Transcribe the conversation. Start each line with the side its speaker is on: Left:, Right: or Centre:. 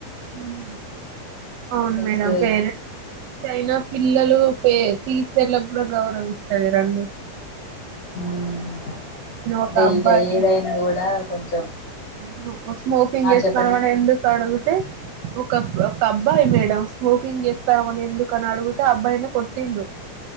Right: ఉమ్ అవును
Left: నెక్స్ట్
Right: మేడం పేరెంట్స్ ఐనా పిల్లలు పె టీ చర్లక్ గూడా గౌరవమిస్తాలెరండి
Left: ఊమ్
Right: ఒక
Left: అదే
Right: అబ్బాయి
Left: ఇగ ఏదైనా గూడా కొంచ్
Right: అవును అ స్మోకింగ్ చేస్తవని
Left: చెప్పండి మేడం
Right: ఎందుకడ్గూతే ఒ ఒక్ ఒకబ్బాయి మేడం స్మోకింగ్ చేస్తావని ఎందుకనడుగుతే అ అబ్బాయ్ను కొట్టిండు